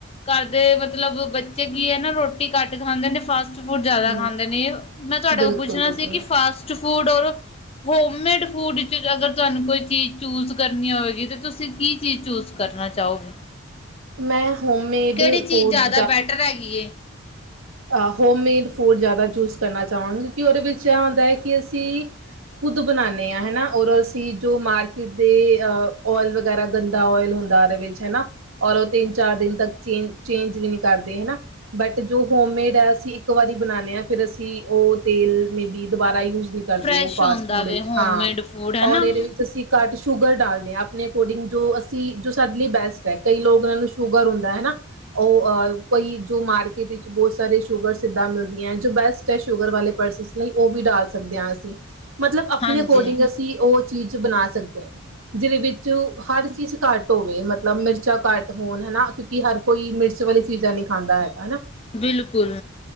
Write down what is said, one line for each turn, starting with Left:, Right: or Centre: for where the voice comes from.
Left: ਘਰ ਦੇ ਮਤਲਬ ਬ ਚੇ ਕੀ ਹੈ ਨਾ ਰੋਟੀ ਘੱਟ ਖਾਂਦੇ ਨੇ ਫਾਸਟ ਫੂਡ
Right: ਹੂੰ,
Left: ਜਾਦਾ ਖਾਂਦੇ ਨੇ। ਮੈਂ ਤੁਹਾਡੇ
Right: ਬਿਲਕੁਲ
Left: ਕੋ ਪੁੱਛਣਾ
Right: ਬਿਲਕੁਲ
Left: ਸੀ ਕਿ, ਫਾਸਟ-ਫੂਡ ਔਰ ਹੋਮ ਮੇਡ ਫੂਡ 'ਚ, ਅਗਰ ਤੁਹਾਨੂੰ ਕੋਈ ਚੀਜ਼ ਚੂਜ਼ ਕਰਨੀ ਹੋਵੇਗੀ ਤੇ ਤੁਸੀਂ ਕੀ? ਕੀ ਚੂਜ ਕਰਨਾ ਚਾਹੋਗੇ?
Right: ਮੈਂ ਹੋਮਮੇਡ
Left: ਕਿਹੜੀ ਚੀਜ਼
Right: ਫੂਡ
Left: ਜ਼ਿਆਦਾ ਬੈਟਰ ਹੈਗੀ ਏ?
Right: ਅ ਹੋਮ ਮੇਡ ਫੂਡ ਜ਼ਿਆਦਾ ਚੂਜ਼ ਕਰਨਾ ਚਾਹਵਾਂਗੀ, ਕਿਉਂਕਿ ਉਹਦੇ ਵਿੱਚ ਐ ਹੁੰਦਾ ਐ ਕੀ ਅਸੀਂ ਖੁਦ ਬਨਾਂਨੇ ਆ ਹਨਾ, ਔਰ ਅਸੀਂ ਜੋ ਮਾਰਕੀਟ ਦੇ ਅ ਓਇਲ ਵਗੈਰਾ ਗੰਦਾ ਓਇਲ ਹੁੰਦਾ ਉਹਦੇ ਵਿੱਚ ਹਨਾ, ਔਰ ਉਹ ਤਿੰਨ-ਚਾਰ ਦਿਨ ਤੱਕ ਚੇਂਜ-ਚੇਂਜ ਵੀ ਨੀ ਕਰਦੇ ਹਨਾ। ਬਟ ਜੋ ਹੋਮ ਮੇਡ ਅਸੀਂ ਇੱਕ ਵਾਰੀ ਬਨਾਂਨੇ ਆ, ਫਿਰ ਅਸੀਂ ਉਹ ਤੇਲ ਮੇਬੀ ਦੁਬਾਰਾ ਯੂਜ਼ ਨੀ ਕਰਦੇ
Left: ਫਰੈਸ਼
Right: ਉਹ ਫਾਸਟ-ਫੂਡ
Left: ਹੁੰਦਾ ਵੇ
Right: ਵਿੱਚ
Left: ਹੋਮਮੇਡ
Right: ਹਾਂ,
Left: ਫੂਡ ਹਨਾ
Right: ਔਰ ਇਹਦੇ ਵਿੱਚ ਅਸੀਂ ਘੱਟ ਸ਼ੂਗਰ ਡਾਲਦੇ ਆ, ਆਪਣੇ ਅਕੋਡਿੰਗ ਜੋ ਅਸੀਂ ਜੋ ਸਾਡੇ ਲਈ ਬੈਸਟ ਐ, ਕਈ ਲੋਕ ਉਹਨਾਂ ਨੂੰ ਸ਼ੂਗਰ ਹੁੰਦਾ ਹਨਾ। ਉਹ ਅ ਕੋਈ, ਜੋ ਮਾਰਕੀਟ 'ਚ ਬਹੁਤ ਸਾਰੇ ਸ਼ੂਗਰ ਸਿੱਧਾਂ ਮਿਲਦੀਆਂ, ਜੋ ਬੈਸਟ ਐ ਸ਼ੂਗਰ ਵਾਲੇ ਪਰਸਸ ਲ‌ਈ, ਉਹ ਵੀ ਡਾਲ ਸਕਦੇ ਆ ਅਸੀਂ। ਮਤਲਬ ਆਪਣੇ
Left: ਹਾਂਜੀ
Right: ਅਕੋਡਿੰਗ ਅਸੀਂ, ਉਹ ਚੀਜ਼ ਬਣਾ ਸਕਦੇ ਆ ਜਿਹਦੇ ਵਿੱਚ ਹਰ ਚੀਜ਼ ਘੱਟ ਹੋਵੇ, ਮਤਲਬ ਮਿਰਚਾਂ ਘੱਟ ਹੋਣ ਹਨਾ ਕਿਉਂਕਿ, ਹਰ ਕੋਈ ਮਿਰਚ ਵਾਲੀ ਚੀਜ਼ਾਂ ਨਹੀਂ ਖਾਂਦਾ ਹੈਗਾ, ਹਨਾ।
Left: ਬਿਲਕੁਲ,